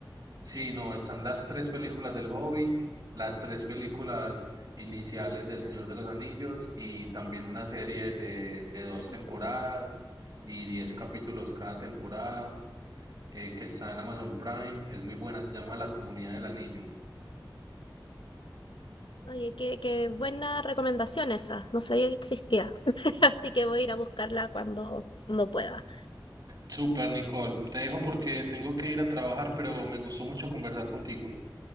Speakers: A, on the right; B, on the left.
A: Sí, no, están las tres películas del Hobbit,
B: Ah,
A: las tres películas iniciales del Señor de los Anillos y también una serie de, de dos
B: mira.
A: temporadas y diez capítulos cada temporada eh, que está en Amazon Prime. Es muy buena, se llama La Comunidad del Anillo.
B: Oye, qué, qué buena recomendación esa, no sabía que existía, <laughs> así que voy a ir a buscarla cuando, cuando pueda.
A: Super, Nicole. Te dejo porque tengo que ir a trabajar, pero me gustó mucho conversar contigo.